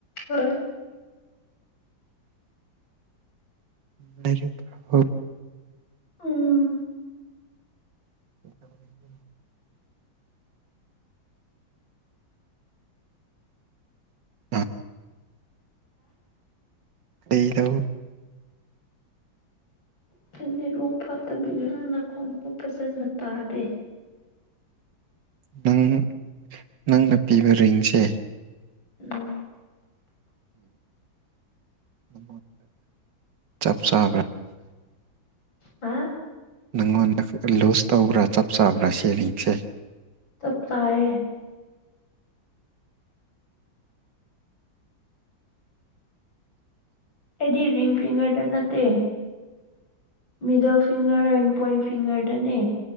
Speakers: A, on the left; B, on the right.
A: ꯍꯣꯏ
B: ꯃꯦꯔ ꯄꯔ ꯍ
A: ꯎꯝ
B: <inaudible> ꯑꯝ ꯂꯩꯗ <inaudible>
A: ꯊꯟꯗꯦꯔꯣꯛ ꯐꯥꯠꯇꯕꯤꯒꯤꯔ ꯅꯥꯈꯣꯟꯗꯨ ꯐꯖꯅ ꯇꯥꯗꯦ
B: ꯅꯪ ꯅꯪꯅ ꯄꯤꯕ ꯔꯤꯡꯁꯦ
A: ꯎꯝ
B: ꯎ ꯆꯞꯆꯥꯥ
A: ꯑ
B: ꯅꯪꯉꯣꯟꯗ ꯂꯨꯖ ꯇꯧꯕ꯭ꯔꯥ ꯆꯞ ꯆꯥꯕ꯭ꯔꯥ ꯁꯦꯔꯤꯡꯁꯦ
A: ꯇꯞꯇꯥꯑ ꯑꯦꯗꯤ ꯔꯤꯡ ꯐꯤꯒꯔꯇ ꯅꯠꯇꯦ ꯃꯤꯗꯜ ꯐꯤꯤꯡꯒꯔ ꯑꯦꯟ ꯄꯣꯏꯟ ꯐꯤꯡꯒꯔꯗꯅꯦ